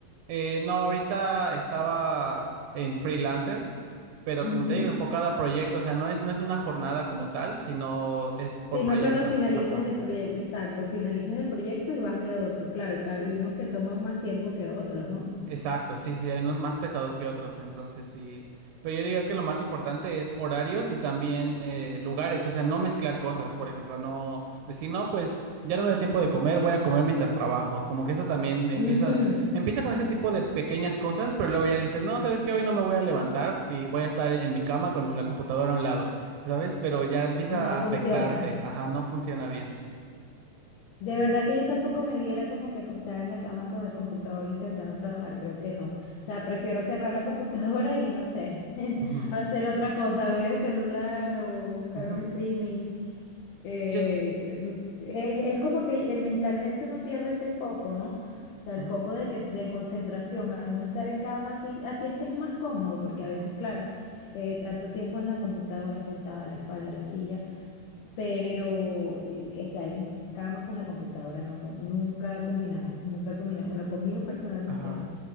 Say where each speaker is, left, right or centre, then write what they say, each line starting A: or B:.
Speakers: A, on the right (about 80°); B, on the left (about 80°).
A: Eh, no, ahorita estaba en freelancer, pero
B: Ujú.
A: como te digo, enfocada a proyecto, o sea, no es, no es una jornada como tal, sino es por
B: Si no,
A: proyecto.
B: cuando finalices
A: Ajá.
B: el proyecto, exacto, finalizas el proyecto y vas de otro. Claro, que hay unos que toman más tiempo que otros, ¿no?
A: Exacto, sí, sí, hay unos más pesados que otros, entonces sí. Pero yo diría que lo más importante es horarios y también eh, lugares, o sea, no mezclar cosas, por ejemplo, no decir, no, pues ya no me da tiempo de comer, voy a comer mientras trabajo. Como que eso también empiezas,
B: Ujú.
A: empieza con ese tipo de pequeñas cosas, pero luego ya dices, no, sabes que hoy no me voy a levantar y voy a estar en mi cama con la computadora a un lado, ¿sabes? Pero ya empieza
B: No
A: a afectarte,
B: funciona.
A: ajá, no funciona bien.
B: De
A: Sí.
B: verdad que yo tampoco me viera como que acostada en la cama con el computador intentando trabajar, creo que no. O sea, prefiero cerrar la computadora y no sé, <laughs>
A: Ujú,
B: hacer otra cosa, ver el celular o buscar
A: ujú.
B: un streaming. Eh,
A: Sí.
B: n- es, es como que eh, mentalmente uno pierde ese foco, ¿no? O sea,
A: Ujú,
B: el foco de, que, de concentración, a uno estar en cama así, así estés más cómodo, porque
A: ujú.
B: a veces, claro, eh, tanto tiempo en la computadora sentada, la espalda, la silla pero eh, estar en cama con la computadora no, nunca ha combinado, nunca ha combinado. Bueno, conmigo personalmente
A: Ajá.
B: no.